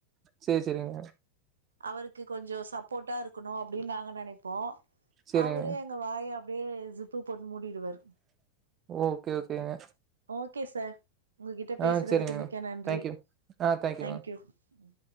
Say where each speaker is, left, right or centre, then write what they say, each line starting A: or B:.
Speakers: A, on the right (about 30°); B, on the right (about 70°).
A: சேரி சேரிங்க.
B: அவருக்கு கொஞ்ஜோ சப் போட்டா இருக்கணு அப்படின்னு நாங்க நெனைப்போ
A: சேரிங்க.
B: அவரு அங்க வாயாப் அப்டியே சிப்புப் பொண்ணு மூடிடுவாரு
A: ஓகே ஓகேங்க
B: ஓகே சார் உங்ககிட்ட பேசறதுக்கு
A: ஆ சேரிங்க
B: மிக்க
A: மேம்.
B: நன்றி
A: தேங்க்யூ. ஆ தேங்க்யூ
B: தங்க்யூ
A: மேம்.
B: ம்